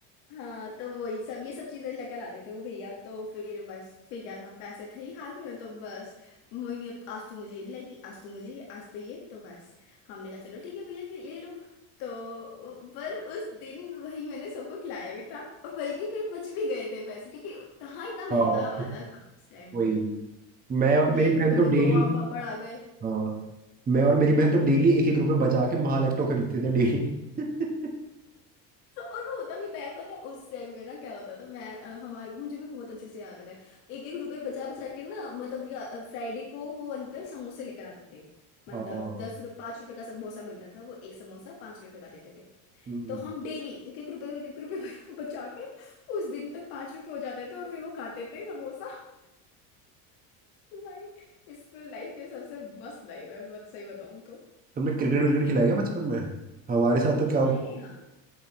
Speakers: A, on the left; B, on the right.
A: हाँ तो वही सब ये सब चीजें लेकर आते थे वो भैया तो फिर बस फिर क्या था पैसे थे ही हाथ में तो बस मोहिनी अब आज तू मुझे ये दिलाएगी आज तू मुझे ये आज तो ये तो बस हमने कहा चलो ठीक है भैया खिल- ले लो तो पर उस दिन वही मैंने सबको खिलाया भी था और बल्कि फिर बच भी गए थे पैसे क्योंकि कहाँ इतना महंगा
B: हाँ
A: आता था उस टाइम
B: वही
A: पे
B: मैं
A: तो
B: और मेरी
A: एक
B: बहन
A: रुपए
B: तो
A: में
B: डेली
A: दो आम पापड़ आ गए
B: हाँ मैं और मेरी बहन तो डेली एक एक रुपए बचा के महालैक्टो खरीदते थे डेली <laughs>
A: तो और होता भी था यार पता है उस टाइम पे ना क्या होता था मैं अ, हमारे मुझे भी बहुत अच्छे से याद है एक एक रुपए बचा बचा के ना मतलब या- फ्राइडे को वो अंकल समोसे लेकर आते थे मतलब
B: हाँ
A: दस रुपये पाँच रुपए का समोसा मिलता था वो एक समोसा पाँच रुपए का देते थे
B: हम्म।
A: तो हम डेली एक एक रुपए एक एक रुपए <laughs> बचा कर उस दिन तक पाँच रुपए हो जाते थे और फिर वो खाते थे समोसा भाई स्कूल लाइफ के सबसे मस्त लाइफ है बहुत सही बताऊँ तो
B: तुमने क्रिकेट विकेट खिलाया क्या बचपन में हमारे साथ तो क्या
A: मैंने
B: होता
A: हाँ